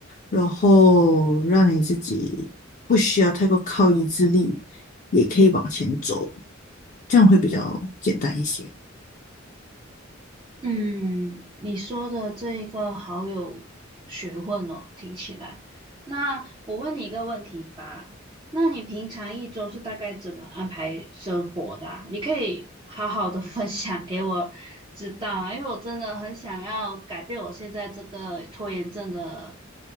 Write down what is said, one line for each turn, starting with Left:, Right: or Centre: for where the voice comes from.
Left: 然后让你自己不需要太过靠意志力，也可以往前走。这样会比较简单一些。
Right: 嗯，你说的这一个好有学问哦，听起来。那我问你一个问题吧，那你平常一周是大概怎么安排生活的啊你可以好好的 <laughs> 分享给我知道啊，因为我真的很想要改变我现在这个拖延症的